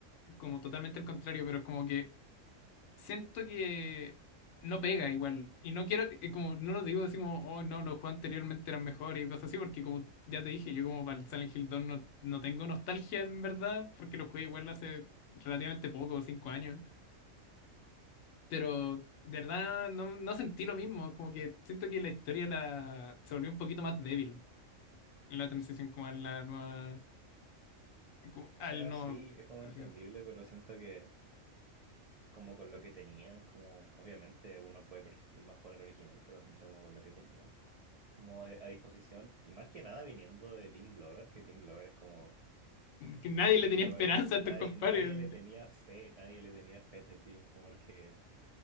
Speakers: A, on the left; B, on the right.
A: como totalmente el contrario, pero es como que siento que no pega igual. Y no quiero, eh, como no lo digo así como, oh no, los juegos anteriormente eran mejores y cosas así, porque como ya te dije, yo como para el Silent Hill 2 no, no tengo nostalgia en verdad, porque lo jugué igual hace relativamente poco, cinco años. Pero de verdad no, no sentí lo mismo, como que siento que la historia la, se volvió un poquito más débil en la transición como a la nueva, como
B: O
A: al
B: sea,
A: no...
B: sí, es como
A: <laughs>
B: entendible, pero siento que como con lo que tenían, como obviamente uno puede preferir mejor el original, pero siento como con lo que tenían, como a, a disposición. Y más que nada viniendo de Team Blover, que Team Blover es como...
A: Que nadie le
B: Team
A: tenía
B: Blover,
A: esperanza
B: nadie,
A: a estos compadres.
B: nadie le tenía fe, nadie le tenía fe a ese team, como porque,